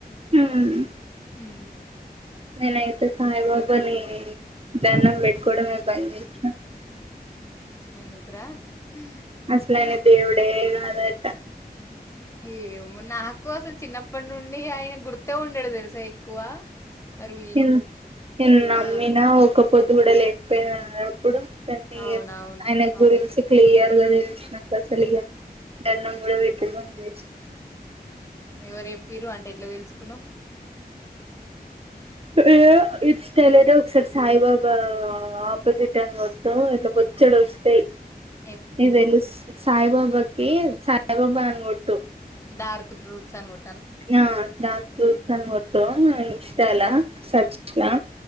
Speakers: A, on the right; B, on the left.
A: హ్మ్.
B: ఎన్ ఉ
A: నేనైతే సాయిబాబాని దండం పెట్టుకోవడమే భయం <unintelligible>
B: ఎందుకు రా హా
A: అసలు ఆయన దేవుడే కాదంట
B: ఏమో నాకు అసలు చిన్నప్పటి నుండి ఆయనే గుర్తే ఉండడు తెలుసా ఎక్కువ మరి
A: ఇన్ ఎన్ నమ్మినా
B: ఆ
A: ఒక్క పోదు కూడా లేకపోయినా అప్పుడు తన్ని
B: అవునవును
A: ఏప్ ఆయన
B: అవును
A: గురించి క్లియర్ గా తెలిసినంత అస్సలు ఇగ దండం కూడా పెట్టడం బంద్ చెస్
B: ఎవరు చెప్పిర్ రు అంటే ఎట్లా తెలుసుకున్నావ్
A: ఏమో ఇన్స్టాలోనే ఒక్కసారి సాయిబాబా ఆపోజిట్ ఆన్ కోడ్ బొచ్చెడు వస్తాయి
B: <inaudible>
A: ఇదేలూస్ సాయిబాబాకి సాయిబాబా అని కొట్టు
B: డార్క్ ట్రూత్స్ ఆన్ కో
A: ఆ డార్క్ ట్రూత్స్ అని కొట్టు ఆ ఇన్స్టాల సెర్చ్ ల